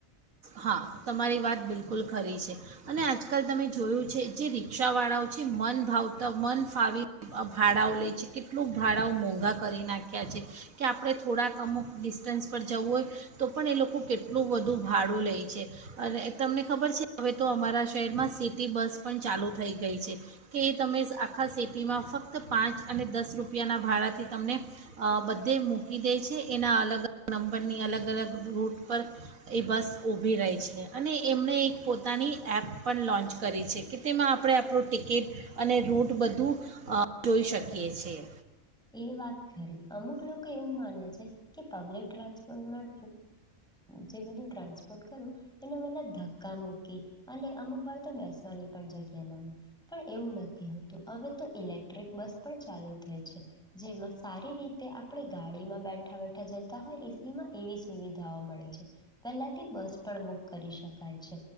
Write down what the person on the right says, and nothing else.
હા તમારી વાત બિલકુલ ખરી છે અને આજકાલ તમે જોયું છે જે રિક્ષાવાળાઓ છે મન ભાવતા મન ફાવી ભાડાઓ લે છે કેટલુંક ભાડાઓ મોંઘા કરી નાખ્યા છે કે આપણે થોડાક અમુક ડિસ્ટન્સ પર જવું હોય તો પણ એ લોકો કેટલું બધું ભાડું લે. છે અને તમને ખબર છે હવે તો અમારા શહેરમાં સિટી બસ પણ ચાલુ થઈ ગઈ છે કે એ તમે આખા સિટીમાં ફક્ત પાંચ અને દસ રૂપિયાના ભાડાથી તમને બધે મૂકી દે છે એના અલગ અલગ નંબરની અલગ અલગ રૂટ પર એ બસ. ઊભી રહી છે અને એમણે એક પોતાની એપ પણ લોન્ચ કરી છે કે તેમાં આપણે આપણું ટિકિટ અને રૂટ બધું જોઈ શકીએ છીએ.